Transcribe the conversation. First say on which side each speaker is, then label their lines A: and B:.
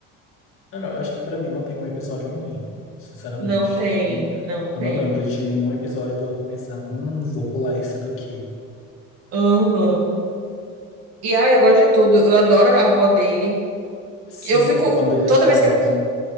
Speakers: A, on the left (about 40°); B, on the right (about 50°).
A: Ah, não, acho que pra mim não tem um episódio ruim, sinceramente.
B: Não tem,
A: Eu,
B: não tem.
A: eu não lembro de nenhum episódio de eu pensar, hum, vou pular esse daqui.
B: Aham. E ah, eu gosto de tudo. Eu adoro a avó dele.
A: Sim,
B: Eu fico.
A: quando eles
B: Toda
A: voltam,
B: vez que eu.